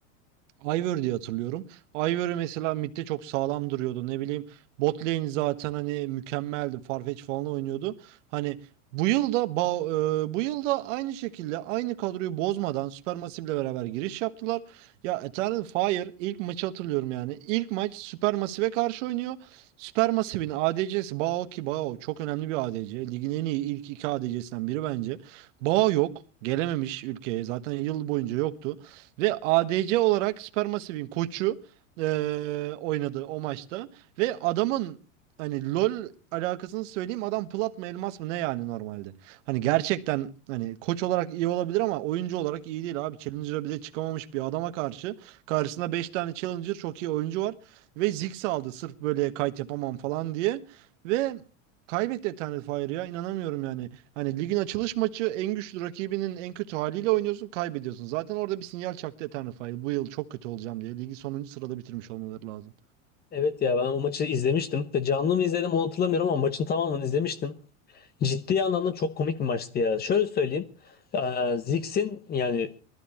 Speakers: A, on the right; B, on the left.
A: Ivor diye hatırlıyorum. Ivory mesela midde çok sağlam duruyordu. Ne bileyim bot lane zaten hani mükemmeldi. Farfetch falan oynuyordu. Hani bu yıl da e, bu yıl da aynı şekilde aynı kadroyu bozmadan Supermassive ile beraber giriş yaptılar. Ya Eternal Fire ilk maçı hatırlıyorum yani. İlk maç Supermassive'e karşı oynuyor. Supermassive'in ADC'si Bao ki Bao çok önemli bir ADC. Ligin en iyi ilk iki ADC'sinden biri bence. Bao yok. Gelememiş ülkeye. Zaten yıl boyunca yoktu. Ve ADC olarak Supermassive'in koçu eee, oynadı o maçta. Ve adamın hani LoL alakasını söyleyeyim adam plat mı elmas mı ne yani normalde. Hani gerçekten hani koç olarak iyi olabilir ama oyuncu olarak iyi değil abi. Challenger'a bile çıkamamış bir adama karşı. Karşısında 5 tane Challenger çok iyi oyuncu var. Ve Ziggs aldı sırf böyle kayıt yapamam falan diye. Ve kaybetti Eternal Fire'ı ya inanamıyorum yani. Hani ligin açılış maçı en güçlü rakibinin en kötü haliyle oynuyorsun, kaybediyorsun. Zaten orada bir sinyal çaktı Eternify. Bu yıl çok kötü olacağım diye. Ligi sonuncu sırada bitirmiş olmaları lazım.
B: Evet ya ben o maçı izlemiştim. Ve canlı mı izledim onu hatırlamıyorum ama maçın tamamını izlemiştim. Ciddi anlamda çok komik bir maçtı ya. Şöyle söyleyeyim. Ee, Ziggs'in yani